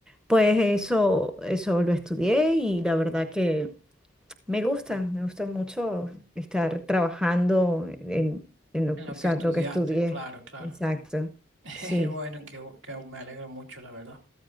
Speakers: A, in the centre; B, on the right.
A: pues eso, eso lo estudié y la verdad que me gusta, me gusta mucho estar trabajando en, en lo,
B: En lo
A: o sea,
B: que estudiaste,
A: lo que estudié.
B: claro, claro.
A: Exacto,
B: <laughs> Jeje,
A: sí,
B: Bueno, que, que me alegro mucho, la verdad.